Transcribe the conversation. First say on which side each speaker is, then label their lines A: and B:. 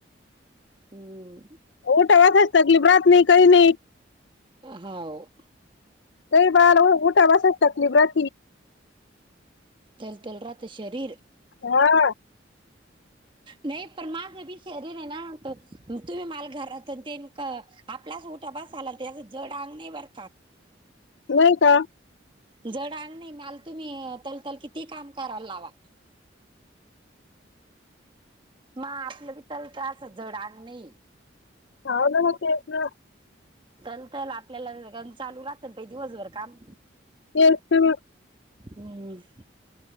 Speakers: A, on the right; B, on the left.
A: हम्.
B: मोठा वाातच लागली भ्रात नाही कधी नाही.
A: हाव.
B: ते बाल उठा बसाच तकलीफ रा.
A: तल तल राता शरीर.
B: हा.
A: नाही पण माझ बी शरीण आहे नात तुम्ही मला घरात ते. आपलाच उटाभास झाला त्या जड अंगणी भरतात.
B: होय का.
A: जड अंग नाही मल तुम्ही तलतल किती काम करायला लावा. मग आपलं कितल त अस झडांग नाही.
B: <unintelligible>
A: चल च आपल्याला चालू राहत दिवसभर काम.
B: तेत.
A: हम्.